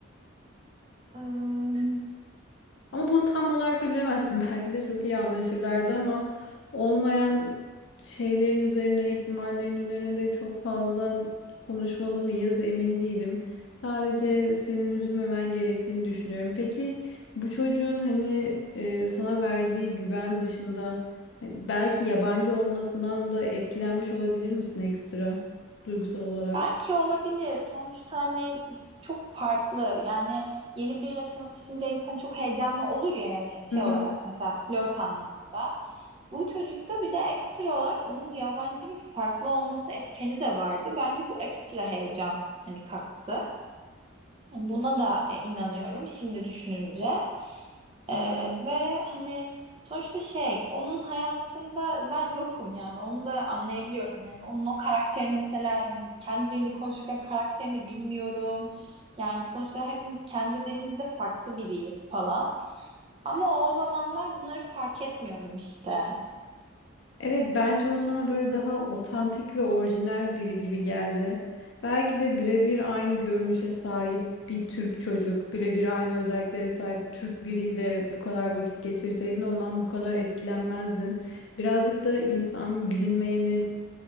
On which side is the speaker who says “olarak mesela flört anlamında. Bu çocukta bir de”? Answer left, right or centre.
Right